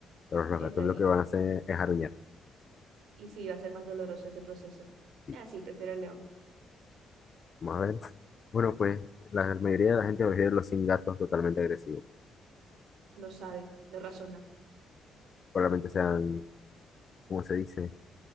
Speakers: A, on the left; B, on the right.
A: Pero los
B: Ya
A: gatos
B: está ahí.
A: lo que van a hacer es aruñar.
B: Y sí, va a ser más doloroso ese proceso.
A: Sí.
B: Ah, sí, prefiero el león.
A: Vamos a ver. Bueno, pues la mayoría de la gente prefiere los sin gatos totalmente agresivos.
B: No saben, no razonan. <laughs>
A: Probablemente sean, ¿cómo se dice?